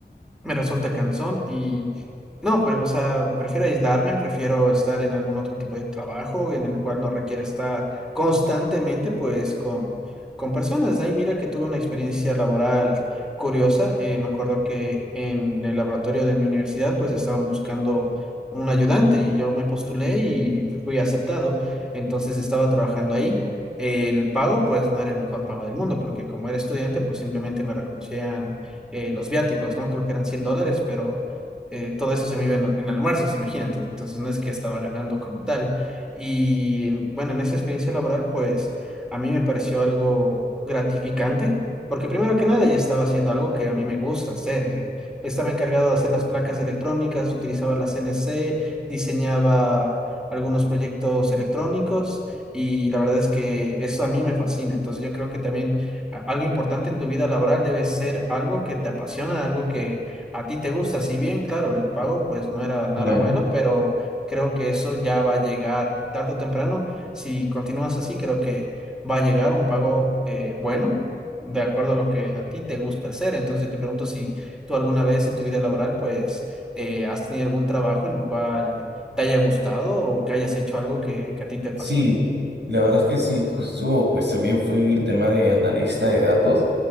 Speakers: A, in the centre; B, on the right (about 80°).
A: me resulta cansón y no, pero, o sea, prefiero aislarme, prefiero estar en algún otro tipo de trabajo en el cual no requiere estar constantemente, pues, con, con personas. De ahí mira que tuve una experiencia laboral curiosa. Eh, me acuerdo que en el laboratorio de mi universidad, pues, estaban buscando un ayudante y yo me postulé y fui aceptado. Entonces estaba trabajando ahí. El pago, pues, no era el mejor pago del mundo, porque como era estudiante, pues, simplemente me reconocían eh, los viáticos, ¿no? Creo que eran 100 dólares, pero eh, todo eso se me iba en, en almuerzos, imagínate. Entonces no es que estaba ganando como tal. Y bueno, en esa experiencia laboral, pues a mí me pareció algo gratificante. Porque primero que nada ya estaba haciendo algo que a mí me gusta hacer. eh, Estaba encargado de hacer las placas electrónicas, utilizaba la CNC, diseñaba algunos proyectos electrónicos y la verdad es que eso a mí me fascina. Entonces yo creo que también a- Algo importante en tu vida laboral debe ser algo que te apasiona, algo que a ti te gusta. Si bien, claro, el pago pues no era nada
B: Claro.
A: bueno, pero creo que eso ya va a llegar tarde o temprano. Si continúas así, creo que va a llegar un pago eh, bueno, de acuerdo a lo que a ti te gusta hacer. Entonces yo te pregunto si tú alguna vez en tu vida laboral pues eh, has tenido algún trabajo en el cual te haya gustado o que hayas hecho algo que, que a ti te fascine.
B: Sí, la verdad es que sí, justo pues también fue el tema de analista de datos.